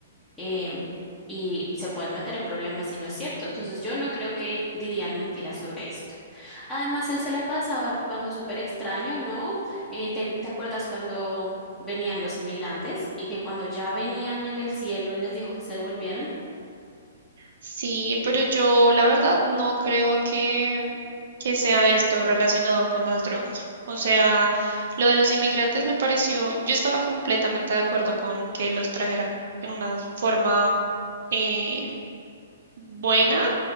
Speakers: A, in the centre; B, on the right (about 65°).
A: em, y se pueden meter en problemas si no es cierto. Entonces yo no creo que dirían mentiras sobre esto. Además, él se la pasaba actuando súper extraño, ¿no? Eh, ¿te, te acuerdas cuando venían los inmigrantes y que cuando ya venían en el cielo les dijo que se devolvieran?
B: Sí, pero yo la verdad no creo que, que sea esto relacionado con las drogas. O sea, lo de los inmigrantes me pareció, yo estaba completamente de acuerdo con que los trajeran en una forma eh, buena,